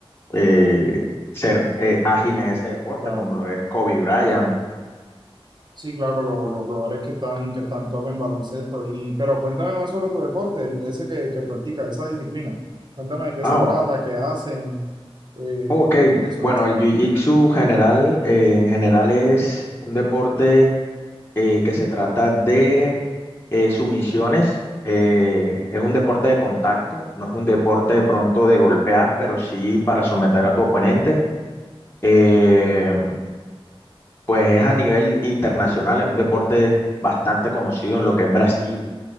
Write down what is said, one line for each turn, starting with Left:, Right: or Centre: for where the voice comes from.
Left: eh, ser eh, ágil en ese deporte,
Right: claro.
Left: como lo es Kobe Bryant.
Right: Sí, claro, lo- los jugadores que están, que están top en baloncesto. Y, pero cuéntame más sobre tu deporte, el- ese que, que practicas, esa disciplina. Cuéntame de qué
Left: Ah,
Right: se trata, qué hacen, eh,
Left: Ok,
Right: eso.
Left: bueno, el jiu-jitsu general, eh, en general es un deporte eh, que se trata de eh, sumisiones. eh, es un deporte de contacto, no es un deporte de pronto de golpear, pero sí para someter a tu oponente. Eh, pues es a nivel internacional, es un deporte bastante conocido en lo que es Brasil.